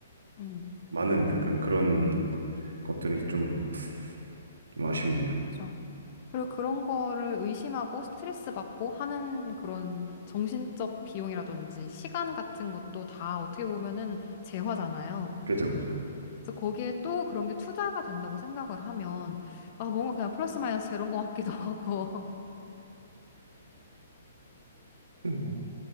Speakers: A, on the left; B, on the right.
A: 음,
B: 많은 약간 그런 것들이 좀, 좀 아쉽네요.
A: 그렇죠. 그리고 그런 거를 의심하고 스트레스 받고 하는 그런 정신적 비용이라든지 시간 같은 것도 다 어떻게 보면은 재화잖아요.
B: 그죠, 그죠.
A: 그래서 거기에 또 그런 게 투자가 된다고 생각을 하면 아, 뭔가 그냥 플러스 마이너스 제로인 것 같기도 <laughs> 하고.
B: 음. 뭐